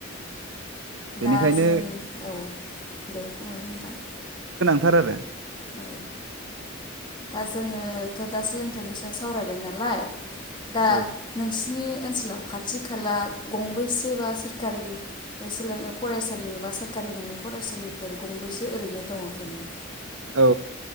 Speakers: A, on the right; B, on the left.
A: बेनिखायनो
B: दा जों औ दे बुंनाय नोंथां
A: थार आरो
B: औ दा जोङोथ' दा सोलोंथाइनि सायाव सावरायबाय नालाय दा
A: औ
B: नोंसिनि ओनसोलाव खाथि खाला गंबेसे बा सोरखारि ओसोलों फरायसालि बा सोरखारि नंङै फरायसालिफोर गंबेसे ओरैनो दंङ जेनेबा
A: औ